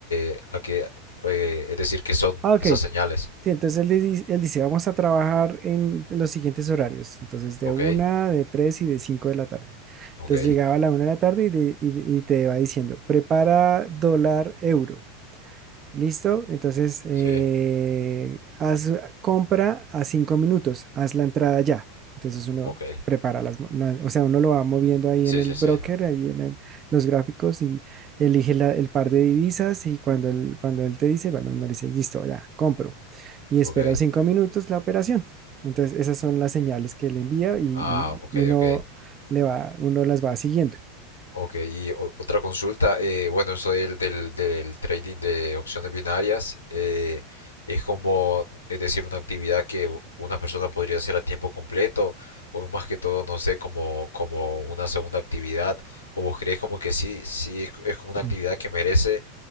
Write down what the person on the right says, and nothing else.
Ah, ok,
Sí, entonces él, di- él dice, vamos a trabajar en los siguientes horarios, entonces de
una, de tres y de cinco de la tarde.
Entonces llegaba a la una de la tarde y, de- y- y te va diciendo, prepara dólar euro. ¿Listo? Entonces, eh,
haz ah, compra a cinco minutos, haz la entrada ya. Entonces uno
prepara las, mo- la- o sea, uno lo va moviendo ahí
en el
broker,
ahí en el- los gráficos y elige la- el par de divisas y cuando él, cuando él te dice, bueno, uno le dice, listo, ya, compro. Y espera
cinco minutos la operación. Entonces, esas son las señales que le envía y,
y- y uno
le va, uno las va siguiendo.
<clears throat>